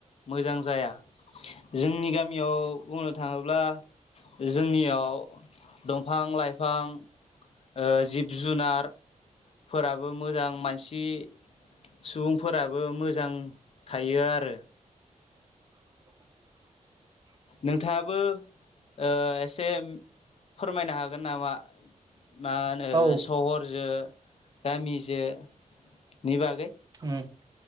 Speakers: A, on the left; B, on the right.
A: मोजां जाया जोंनि गामियाव बुंनो थाङोब्ला जोंनियाव दं फां लाइफां ओ जिब जुनार फोराबो मोजां मानसि सुबुंफोराबो मोजां थायो आरो।
B: <unintelligible>
A: नोंथाङाबो ओ एसे फोरमायनो हागोन नामा? मा होनो
B: औ
A: सहरजो गामिजो नि बागै?
B: उम,